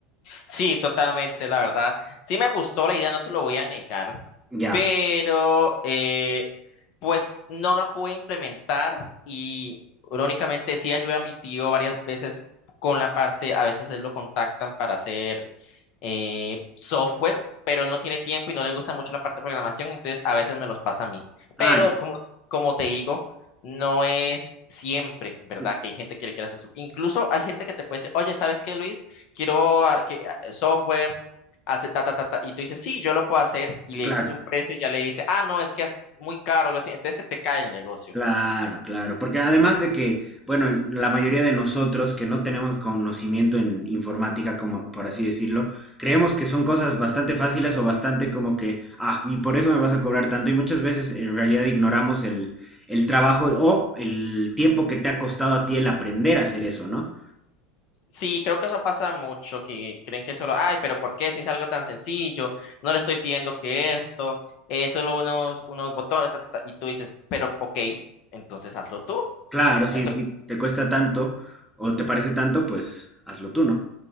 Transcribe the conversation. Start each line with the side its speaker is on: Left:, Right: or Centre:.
Left: Sí, totalmente, la verdad. Sí me gustó la idea, no te lo voy a negar,
Centre: Ya.
Left: pero eh, pues no la pude implementar y irónicamente sí ayudé a mi tío varias veces con la parte, a veces él lo contactan para hacer eh, software, pero él no tiene tiempo y no le gusta mucho la parte de programación, entonces a veces me los pasa a mí.
Centre: Ah,
Left: Pero como, como te digo, no es siempre, ¿verdad?
Centre: mm,
Left: Que hay gente que le quiere hacer eso. Incluso hay gente que te puede decir, oye, ¿sabes qué, Luis? Quiero ah, que software, hace ta, ta, ta, ta, y tú dices, sí, yo lo puedo hacer, y le
Centre: claro,
Left: dices un precio y ya le dice, ah, no, es que es muy caro, algo así. entonces se te cae el negocio.
Centre: claro, claro. Porque además de que, bueno, la mayoría de nosotros que no tenemos conocimiento en informática, como por así decirlo, creemos que son cosas bastante fáciles o bastante como que, ah, y por eso me vas a cobrar tanto. Y muchas veces en realidad ignoramos el, el trabajo o el tiempo que te ha costado a ti el aprender a hacer eso, ¿no?
Left: Sí, creo que eso pasa mucho, que creen que solo, ay, pero ¿por qué si es algo tan sencillo? No le estoy pidiendo que esto, es solo unos, unos botones, ta, ta, ta", y tú dices, pero ok, entonces hazlo tú.
Centre: Claro, si,
Left: Eso
Centre: si te cuesta tanto o te parece tanto, pues hazlo tú, ¿no?